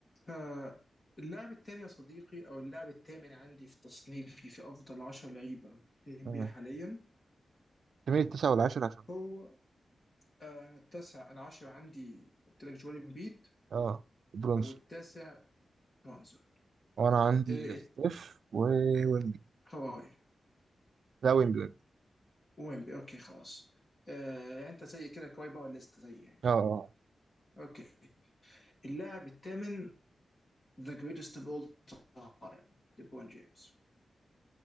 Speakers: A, on the left (about 30°); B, on the right (about 75°).
A: فاللاعب الثاني يا صديقي او اللاعب الثامن عندي في تصنيفي في افضل 10 لعيبه في الان
B: مم.
A: بي حاليا
B: تميل التسعة والعاشر عشان
A: هو آه، أنا التاسع العاشر عندي قلت لك جوال امبيد
B: اه برونسون
A: والتاسع برونزون
B: وانا عندي
A: إيه،
B: ستيف وويمبي
A: كواي
B: لا ويمبي ويمبي
A: ويمبي اوكي خلاص آه، يعني انت زي كده كواي باور ليست زي يعني
B: اه اه
A: اوكي اللاعب الثامن ذا جريتست اوف اول تايم ليبرون جيمس